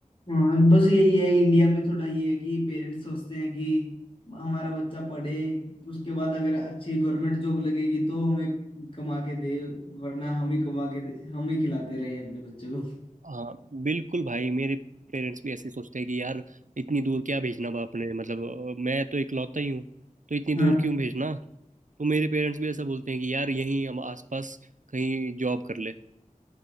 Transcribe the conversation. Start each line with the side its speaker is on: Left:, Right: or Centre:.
Left: हाँ बस यही है इंडिया में थोड़ा ये है कि पेरेंट्स सोचते हैं कि हमारा बच्चा पढ़े उसके बाद अगर अच्छी गवर्नमेंट जॉब लगेगी तो हमें कमा के दे वरना हम ही कमा के दे हम ही खिलाते रहे अपने बच्चों को
Right: हाँ बिल्कुल भाई मेरे पेरेंट्स भी ऐसे ही सोचते हैं कि यार इतनी दूर क्या भेजना बाप ने मतलब अ, मैं तो इकलौता ही हूँ तो इतनी दूर
Left: हाँ
Right: क्यों भेजना तो मेरे पेरेंट्स भी ऐसा बोलते हैं कि यार यहीं हम आसपास कहीं जॉब कर ले